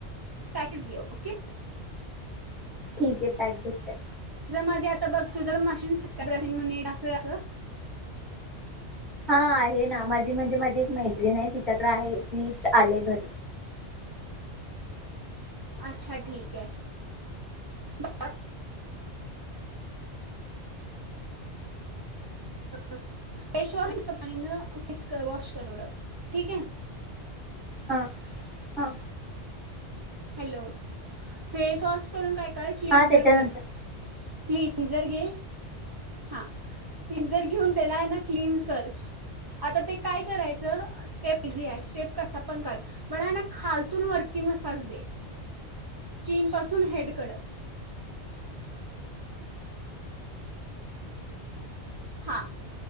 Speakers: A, on the right; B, in the centre.
A: पॅकच घे ओके.
B: ठीके पॅक घेते.
A: चा मध्ये आता बघ तु जर मशीन सेट कर अस
B: हा हे ना माझी माझी माझी एक मैत्रीण आहे तिच्याकडे आहे तीच आले तर
A: अच्छा ठीके ब फेशवॉश नुसत पाण्यान फेस वॉश कर तेवढं ठीक हाय?
B: हं अ
A: हॅलो फेस वॉश करून काय कर क्लिंजर
B: हा त्याच्यानंतर
A: घे क्लिंनझर घे. हा क्लिनजर घेऊन त्याला आहे ना क्लिनज कर, आता ते काय करायचं स्टेप इझी आहे स्टेप कसा पण कर पण आहे ना खालतून वरती मसाज दे चीन पासून हेडकडं. हा